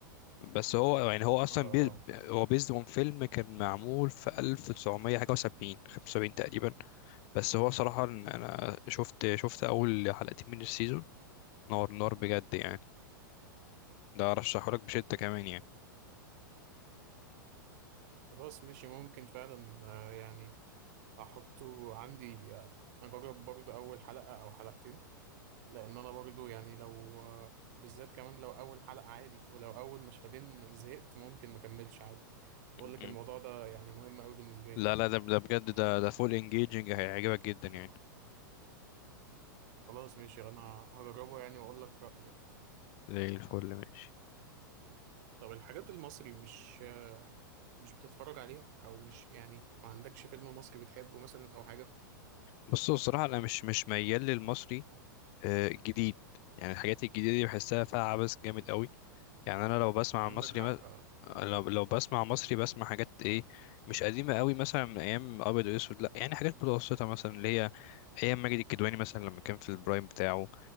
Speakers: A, on the left; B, on the right.
A: بس هو يعني هو أصلا
B: اه اه
A: بي هو بيزد اون فيلم كان معمول في 1900 حاجة وسبعين 75 تقريبا بس هو صراحة أنا شفت شفت أول حلقتين من السيزون نار نار بجد يعني ده ارشحهولك بشدة كمان يعني
B: خلاص ماشي ممكن فعلا آه، يعني أحطه عندي آه، أجرب برضه أول حلقة أو حلقتين لان انا برضو يعني لو بالذات كمان لو اول حلقة عادي ولو اول مشهدين زهقت ممكن ما اكملش عادي بقول
A: م-م.
B: لك الموضوع ده يعني مهم قوي بالنسبة
A: لا
B: لي يعني.
A: لا ده ده بجد ده ده فول انجيجنج هيعجبك جدا يعني
B: خلاص ماشي انا هجربه يعني واقول لك رأيي يعني
A: زي الفل ماشي
B: طب الحاجات المصري مش مش بتتفرج عليها او مش يعني ما عندكش فيلم مصري بتحبه مثلا او حاجة
A: بص هو الصراحة انا مش مش ميال للمصري آه، الجديد يعني الحاجات الجديدة دي بحسها فيها عبث جامد قوي يعني انا لو بسمع
B: عندك
A: مصري
B: حق
A: ما...
B: اه
A: لو لو بسمع مصري بسمع حاجات ايه مش قديمه قوي مثلا من ايام ابيض واسود لا يعني حاجات متوسطه مثلا اللي هي ايام ماجد الكدواني مثلا لما كان في البرايم بتاعه